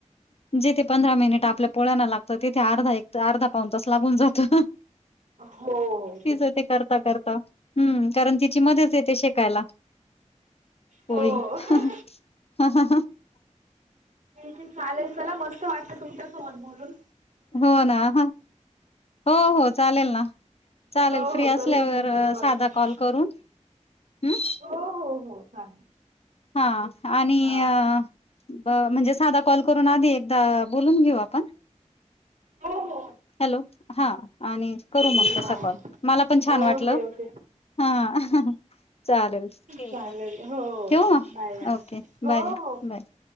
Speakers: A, on the left; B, on the right.
A: जिथे पंधरा मिनिटं आपल्या पोळ्यांना लागतं तिथे अर्धा एक- अर्धा पाऊन तासं लागूंन जातं
B: हो हो
A: तीचं ते करतां करतां. हम्मं कारणं तिची मंदत येते शेकांयला. पोळी
B: हो
A: हं हं.
B: ठीक चालेल चलां मस्तं वाटतं तुमच्यांसोबतं बोलूंन.
A: हो नां, हो- हो चालेल नां.
B: हो
A: चालेल फ्री
B: हो करू
A: असल्यांवर
B: नंतर
A: सांधा
B: मग
A: कॉल करूंन हम्मं.
B: हो हो हो चालेल.
A: हां आणि
B: हा.
A: अं- बरं म्हणजे सांधा कॉल करूंन आंधी एकदां बोलूंन घेऊं आपणं.
B: हो हो.
A: हॅलो हां आणि करूं मगं
B: हा
A: तसां कॉल मलां पणं छांन
B: ओके
A: वाटलं.
B: ओके
A: हां हं हं. चालेल ठीक
B: चालेल
A: आहे,
B: हो बाय
A: ठेऊं मंग,
B: बाय
A: ओके,
B: हो
A: बायं-
B: हो.
A: बायं.